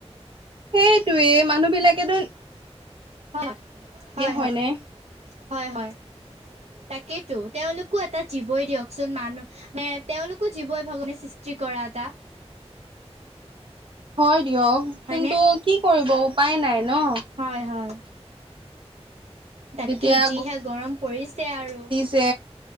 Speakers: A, on the right; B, on the right.
A: হেইটোৱে মানুহ বিলাকেতোন
B: হ, হয়,
A: হয়নে
B: হ, হয়, হয়। তাকেইতো তেওঁলোকো এটা জীৱই দিয়কচোন মানুহ মে তেওঁলোকো জীৱই <unintelligible> সৃষ্টি কৰা এটা।
A: হয় দিয়ক
B: হয়নে
A: কিন্তু কি কৰিব উপায় নাই ন।
B: হয়, হয়। তাকে
A: এতিয়া
B: যিহে গৰম পৰিছে আৰু।
A: তে,